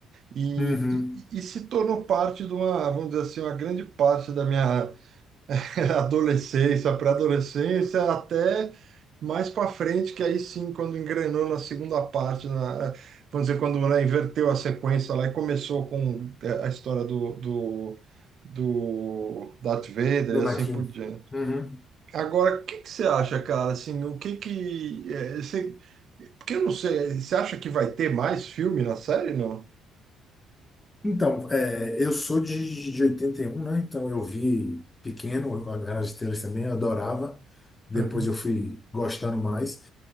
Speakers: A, on the right; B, on the left.
A: e,
B: Uhum.
A: e, e se tornou parte de uma, vamos dizer assim, uma grande parte da minha <laughs> adolescência, pré-adolescência, até mais para frente, que aí sim, quando engrenou na segunda parte, na, vamos dizer, quando ela inverteu a sequência lá e começou com é, a história do, do, do Darth Vader
B: Dona
A: e assim
B: Kim.
A: por diante.
B: Uhum.
A: Agora, o que que você acha, cara? Assim, o que que... é, você, porque eu não sei, você acha que vai ter mais filme na série, não?
B: Então, é, eu sou de, de oitenta e um né? Então eu vi pequeno, a Guerra nas Estrelas também, eu adorava. Depois
A: Aham,
B: eu fui gostando mais.